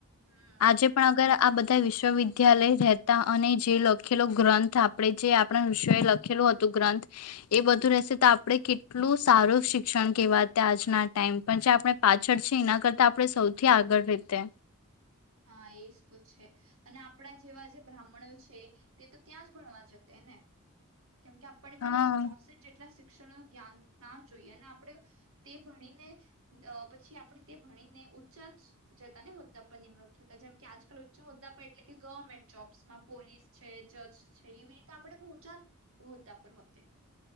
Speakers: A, on the right (about 65°); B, on the left (about 75°).
A: હમ
B: આજે પણ અગર આ બધા વિશ્વવિદ્યાલય રહેતા અને જે લખેલો ગ્રંથ આપણેે જે આપણા વિષ એ લખેલું હતું ગ્રંથ એ બધું રહેશે તો આપણે કેટલું સારું શિક્ષણ કેવા ત આજના ટાઈમ પણ જે આપણે પાછળ છે એના કરતા આપણે સૌથી આગળ રીતે
A: હા એજ તો છે અને આપણા જેવા જે બ્રાહ્મણો છે તે તો ત્યાં જ ભણવા જશે ને કેમ કે આપણ બી
B: હા
A: ચોસઠ જેટલા શિક્ણ જ્ઞાન ના જોઈએ અને આપણે તે ભણીને પછી આપણે તે ભણીને ઉઊંચા જતા ને હોદ્દા પર નિમ થતા જેમ કે આજકાલ ઉઊચા હોદ્દા પર એટલે કે ગવર્મેન્ટ જોબ્સમાં પોલીસ છે જજ છે એવી રીતે આપણે ઊંચા હોદ્દા પર હોતે